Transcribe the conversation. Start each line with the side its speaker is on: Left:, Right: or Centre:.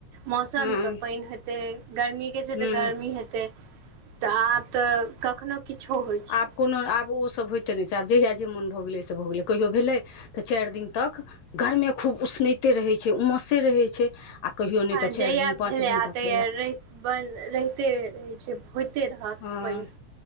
Right: मौसम
Left: हूँ
Right: तऽ पइन हेतै गर्मीके छै
Left: हूँ
Right: तऽ गर्मी हेतै तऽ आब तऽ कखनो किछो होइ छै
Left: आब कोनो आब ओ उ सब होइते नय छै आब जहिया जे मोन भऽ गेलै से भऽ गेलै कहियो भेलै तऽ चाइर दिन तक गरमे खूब उ उसनैते रहै छै उमसे रहै छै आ कहियो नहि
Right: आ
Left: तऽ चारि
Right: जहिया
Left: दिन पाँच
Right: भेले
Left: दिन
Right: आ
Left: तक
Right: तहिय रै बन रहिते रहे छै होते हाथ
Left: हँ
Right: पै